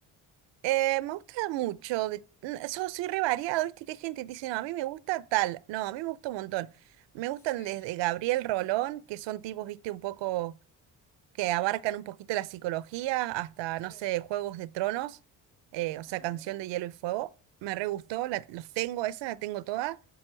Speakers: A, on the right; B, on the left.
A: Eh, me gusta mucho, de... n- so- soy re variado, ¿viste? Que hay gente que dice, no, a mí me gusta tal. No, a mí me gusta un montón. Me gustan
B: Sí,
A: desde Gabriel Rolón, que son tipos, ¿viste? Un poco que abarcan un poquito la psicología, hasta,
B: claro.
A: no sé, Juegos de Tronos, eh, o sea,
B: Ah,
A: Canción
B: mira.
A: de Hielo y Fuego. Me re gustó, la- los tengo, esa la tengo toda,